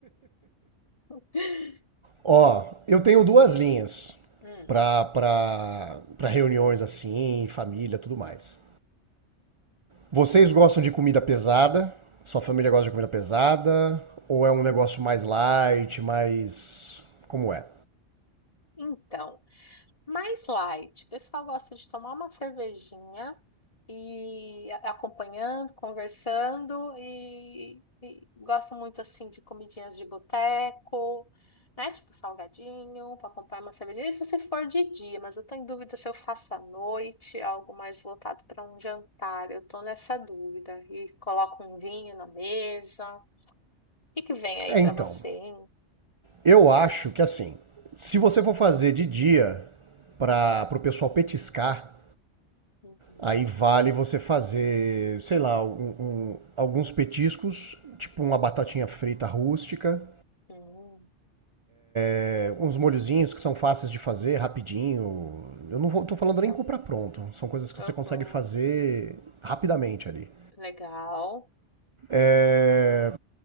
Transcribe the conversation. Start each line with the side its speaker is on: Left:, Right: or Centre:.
Left: <laughs>
Right: Ó, eu tenho duas linhas
Left: Hum.
Right: para para para reuniões assim, família, tudo mais. Vocês gostam de comida pesada? Sua família gosta de comida pesada? Ou é um negócio mais light, mais como é?
Left: Então. Mais light. O pessoal gosta de tomar uma cervejinha e a- acompanhando, conversando e, e gosta muito assim de comidinhas de boteco, né? Tipo salgadinho, para acompanhar uma cervejinha. Isso se for de dia, mas eu tô em dúvida se eu faço à noite, algo mais voltado para um jantar. Eu tô nessa dúvida. E coloco um vinho na mesa. O que que vem aí
Right: É,
Left: para
Right: então,
Left: você, hein?
Right: eu acho que assim, se você for fazer de dia para o pessoal petiscar,
Left: Uhum.
Right: Aí vale você fazer, sei lá, um- um- alguns petiscos, tipo uma batatinha frita rústica,
Left: Hum,
Right: é, uns molhozinhos que são fáceis de fazer, rapidinho. Eu não vou, tô falando
Left: legal.
Right: nem comprar pronto, são coisas que
Left: Uhum.
Right: você consegue fazer rapidamente ali.
Left: Legal.
Right: É,